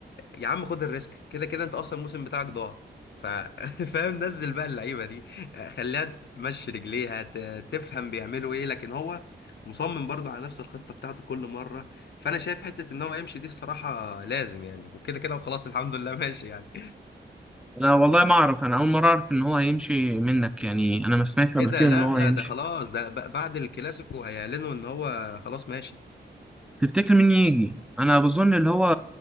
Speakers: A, on the left; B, in the centre.
A: يا عم خد الريسك كده كده انت اصلا الموسم بتاعك ضاع ف... <laughs> فاهم نزل بقى اللعيبة دي خليها تمشي رجليها ت... تفهم بيعملوا ايه لكن هو مصمم برضو على نفس الخطة بتاعته كل مرة فانا شايف حتة ان هو يمشي دي الصراحة لازم يعني وكده كده وخلاص الحمد لله <laughs> ماشي يعني
B: انا والله ما اعرف انا اول مره اعرف ان هو هيمشي منك يعني انا ما سمعتش قبل
A: ايه ده
B: كده
A: لا
B: ان هو هيمشي
A: ده خلاص ده ب- بعد الكلاسيكو هيعلنوا ان هو خلاص ماشي
B: تفتكر مين يجي انا بظن اللي هو